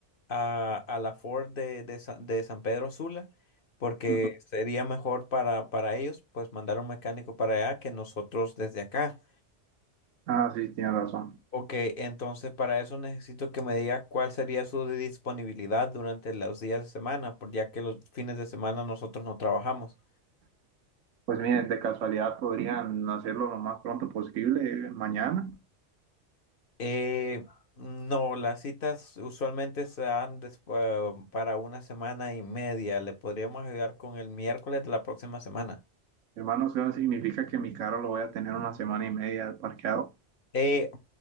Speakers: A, on the left (about 50°); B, on the right (about 85°).
A: a, a la Ford de, de Sa- de San Pedro Sula, porque
B: Ujú.
A: sería mejor para, para ellos pues mandar un mecánico para allá que nosotros desde acá.
B: Ah, sí, tienen razón.
A: Ok, entonces para eso necesito que me diga cuál sería su disponibilidad durante los días de semana, por- ya que los fines de semana nosotros no trabajamos.
B: Pues miren, de casualidad podrían hacerlo lo más pronto posible, eh, mañana.
A: Eh, no, las citas usualmente se dan despu- para una semana y media. Le podríamos ayudar con el miércoles de la próxima semana.
B: Hermano, eso significa que mi carro lo voy a tener una semana y media parqueado.
A: Eh,